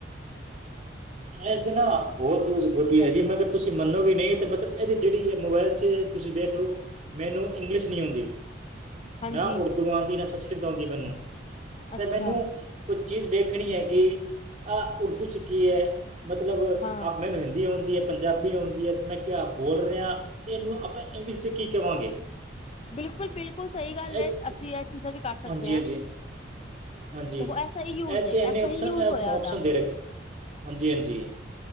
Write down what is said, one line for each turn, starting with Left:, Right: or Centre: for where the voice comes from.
Left: <unintelligible>
Right: ਇਸਦੇ ਨਾ ਬਹੁਤ ਹੀ ਹੋਜ ਬੀ ਹੈ ਜੀ
Left: ਰਹੇਗਾ
Right: ਮਗਰ ਤੁਸੀਂ ਮੰਨੋਗੇ ਨਹੀਂ, ਤਾਂ ਮਤਲਬ ਇਹਦੀ ਜਿਹੜੀ ਐ ਮੋਬਾਇਲ 'ਚ ਤੁਸੀਂ ਦੇਖ ਲਓ ਮੈਨੂੰ ਇੰਗਲਿਸ਼ ਨਹੀਂ ਆਉਂਦੀ।
Left: ਹਾਂਜੀ
Right: ਨਾ ਉਰਦੂ ਆਉਂਦੀ ਨਾ ਸੰਸਕ੍ਰਿਤ ਆਉਂਦੀ ਮੈਨੂੰ
Left: ਅੱਛਾ
Right: ਤੇ ਮੈਨੂੰ ਕੁਛ ਚੀਜ਼ ਵੇਖਣੀ ਹੈ ਕਿ ਆਹ ਉਰਦੂ ਚ ਕੀ ਹੈ ਮਤਲਬ
Left: ਹਾਂ
Right: ਆਪ ਮੈਨੂੰ ਹਿੰਦੀ ਆ ਪੰਜਾਬੀ ਆਉਂਦੀ ਹੈ ਤੇ ਮੈਂ ਕਿਹਾ ਬੋਲ ਰਿਹਾ ਤੇ ਇਹਨੂੰ ਆਪਾਂ ਇੰਗਲਿਸ਼ ਚ ਕੀ ਕਹਾਂਗੇ
Left: ਬਿਲਕੁਲ-ਬਿਲਕੁਲ ਸਹੀ ਗੱਲ ਹੈ
Right: ਐਚ
Left: ਅਸੀਂ ਇਹ ਚੀਜ਼ਾਂ ਵੀ ਕਰ ਸਕਦੇ
Right: ਹਾਂਜੀ
Left: ਹਾਂ
Right: ਹਾਂਜੀ ਹਾਂਜੀ
Left: ਦੇਖੋ ਐਸਾ ਹੀ ਯੂਜ
Right: ਇਹ
Left: ਹੈ
Right: ਚ ਇੰਨੇ
Left: ਐਸਾ
Right: ਆਪਸ਼ਨ-ਆਪਸ਼ਨ
Left: ਹੀ ਯੂਜ ਹੋਇਆ ਉਹਦਾ
Right: ਦੇ ਰੱਖ ਹਾਂਜੀ-ਹਾਂਜੀ <inaudible>